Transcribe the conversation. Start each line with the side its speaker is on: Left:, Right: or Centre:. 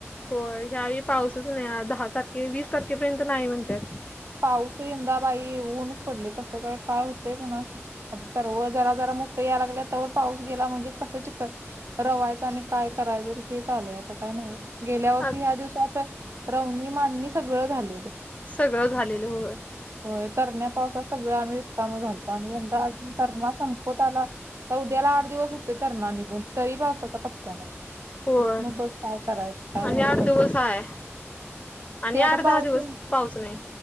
Left: हो ह्यावेळी पाऊसच नाही दहा तारखे वीस तारखेपर्यंत नाही म्हणताय.
Right: पाऊस यंदा बाई ऊनच पडले कसं काय काय होतंय का कुणास ठाऊक तर व जरा जरा या लागल्याता पाऊस गेला म्हणजे कसं चीखल रवायच आणि काय करायचं हे चाललंय आता काय न गेल्या वर्षी
Left: आ
Right: ह्या दिवसात रवणी मांडणी सगळं झालेल.
Left: सगळंच झालेलं हो
Right: होय तरण्या पावसात सगळं आम्ही रिकामा झालतो आणि यंदा अजून तरणा संपत आला. आता उद्याला आठ दिवस होतोय तरणा निघून तरी पावसाचा पत्ता नाही.
Left: होय
Right: मग बघ काय करायचं काय
Left: आणि
Right: नव्हच
Left: आठ
Right: बाई
Left: दिवस आहे. आणि
Right: ते आता
Left: आठ
Right: पाऊस
Left: दहा दिवस
Right: येईल
Left: पाऊस नाही.